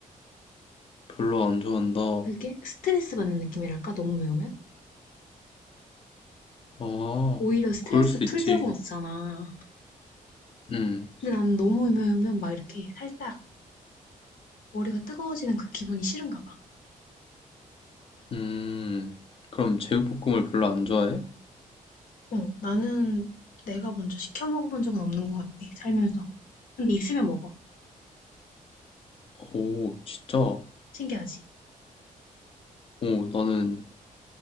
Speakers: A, on the left; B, on the left.
A: 별로 안 좋아한다.
B: 그게 스트레스 받는 느낌이랄까 너무 매우면
A: 아,
B: 오히려 스트레스
A: 그럴 수
B: 풀려고
A: 있지.
B: 먹잖아
A: 음,
B: 근데 난 너무 매우면 막 이렇게 살짝 머리가 뜨거워지는 그 기분이 싫은가 봐
A: 음. 그럼 제육볶음을 별로 안 좋아해?
B: 어, 나는 내가 먼저 시켜 먹어본 적은 없는 것 같아, 살면서. 근데 있으면 먹어.
A: 오, 진짜? 오,
B: 신기하지?
A: 나는